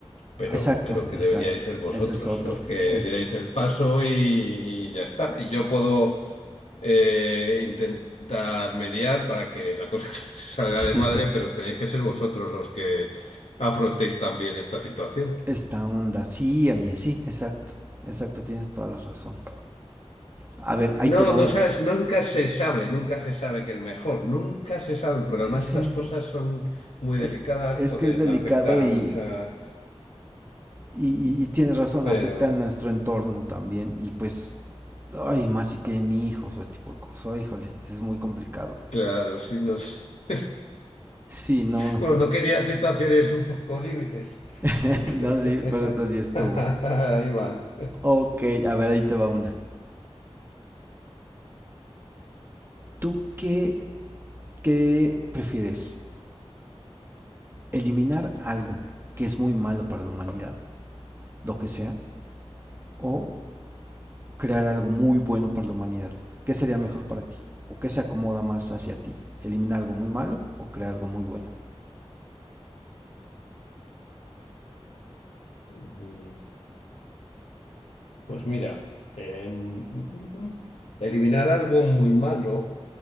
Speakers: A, on the left (about 85°); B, on the right (about 20°).
A: pero
B: Exacto,
A: creo que
B: exacto.
A: deberíais ser vosotros
B: Esa es otra.
A: los que
B: Es
A: dierais el paso y, y ya está. Y yo puedo eh, intentar mediar para que la cosa <laughs> se salga
B: <laughs>
A: de madre, pero tenéis que ser vosotros los que afrontéis también esta situación.
B: esta onda. Sí, oye, sí, exacto. Exacto, tienes toda la razón. A ver, ahí te
A: No,
B: va
A: no
B: un...
A: sabes, nunca se sabe, nunca se sabe que el mejor, nunca se sabe, porque
B: Ese,
A: además estas cosas son muy
B: es,
A: delicadas,
B: es
A: pueden
B: que es delicado
A: afectar a
B: y,
A: muchas,
B: y, y tienes razón,
A: pero...
B: afecta a nuestro entorno también y pues, ay, más si tienen hijos o este tipo de cosas, oh, híjole, es muy complicado.
A: Claro, sí, nos... <laughs>
B: Sí, no,
A: Bueno, no quería situaciones un poco límites.
B: <laughs>
A: <laughs>
B: no, sí, pero esta sí estuvo.
A: Ahí van.
B: Ok, a ver, ahí te va una. ¿Tú qué, qué prefieres? ¿Eliminar algo que es muy malo para la humanidad, lo que sea, o crear algo muy bueno para la humanidad? ¿Qué sería mejor para ti? ¿O qué se acomoda más hacia ti? ¿Eliminar algo muy malo o crear algo muy bueno?
A: Mm, Pues mira, eh, mm, mm, mm, mm. eliminar algo muy malo,